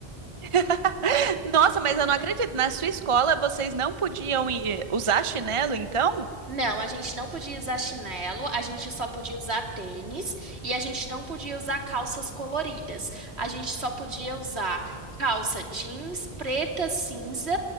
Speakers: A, on the right; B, on the right.
A: <laughs> Nossa, mas eu não acredito. Na sua escola vocês não podiam ir usar chinelo, então?
B: Não, a gente não podia usar chinelo, a gente só podia usar tênis e a gente não podia usar calças coloridas. A gente só podia usar calça jeans preta, cinza,